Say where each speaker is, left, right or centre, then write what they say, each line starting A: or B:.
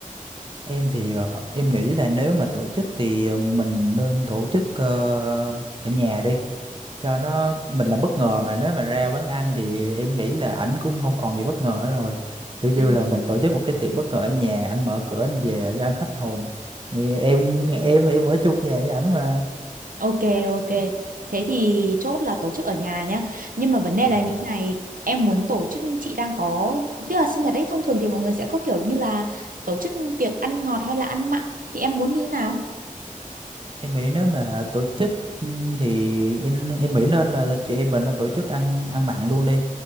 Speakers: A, on the right; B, on the right.
A: Em thì ờ, em nghĩ là nếu mà tổ chức thì ờ, mình nên tổ chức ờ, ở nhà đi. cho nó mình là bất ngờ mà nếu mà ra quán ăn thì em nghĩ là ảnh cũng không còn gì bất ngờ nữa rồi kiểu như
B: Ừ.
A: là mình tổ chức một cái tiệc bất ngờ ở nhà ảnh mở cửa anh về cái anh hết hồn Thì em em em ở chung nhà với ảnh mà
B: Ok, ok. Thế thì chốt là tổ chức ở nhà nhá. Nhưng mà vấn đề
A: dạ
B: là như thế này, em muốn tổ chức chị đang có, tức là sinh nhật ấy thông thường thì mọi người sẽ có kiểu như là tổ chức tiệc ăn ngọt hay là ăn mặn thì em muốn như thế nào?
A: em nghĩ nếu mà tổ chức ừ, thì em em nghĩ nên là chị em mình nên tổ chức ăn ăn mặn luôn đi